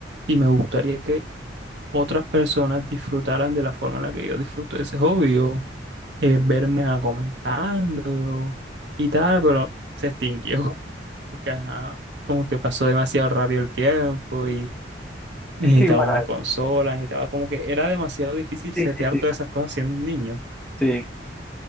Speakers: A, on the right; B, in the centre.
A: y me gustaría que otras personas disfrutaran de la forma en la que yo disfruto de ese hobby o eh, verme a comentándolo y tal, pero se extinguió. <laughs> Porque, ajá, como que pasó demasiado rápido el tiempo Necesitaba
B: Es que igual,
A: una
B: ah,
A: consola, necesitaba como que era demasiado difícil
B: sí,
A: setear
B: sí, sí,
A: todas esas cosas siendo un niño.
B: sí.